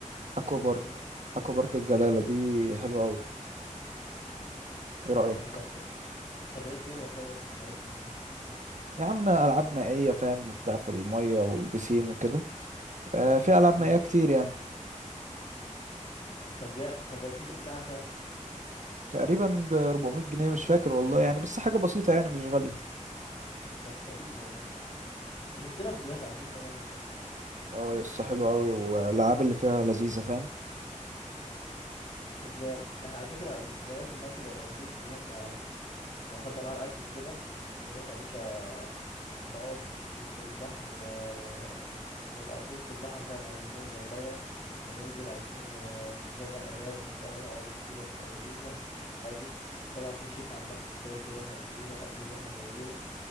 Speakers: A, on the right; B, on the left.
A: اكوا بارك
B: مم.
A: اكوا بارك الجلاله دي حلوه قوي
B: آه
A: ايه رايك
B: طب طب ايه الدنيا طيب بتاعتها وكده
A: يا عم العاب مائيه فاهم وبتاع في الميه والبسين وكده آه، في العاب
B: مم.
A: مائيه كتير يعني
B: طب جامد طب التيكت بتاعها كام
A: تقريبا ده 400 جنيه مش فاكر والله يعني بس حاجة بسيطة يعني مش غالية
B: طب لذيذ والله شفت لها فيديوهات على فكرة جامدة يعني.
A: اه يا اسطى حلوة أوي والألعاب اللي فيها لذيذة فاهم
B: طب جامد احنا على فكرة بس خلي بالك المركب هيبقى لذيذ لأن احنا لو خدنا معانا اكل وكده هنروح يا باشا هنقعد ندخل البحر آه، نبقى في وسط البحر فاهم عايزين ننزل المية هننزل عايزين آه، نشغل أغاني وبتاع ونقعد والدنيا بتبقى لذيذة عادي طبعا في شيف على المركب كده كده هيعمل لنا الأكل اللي احنا جايبينه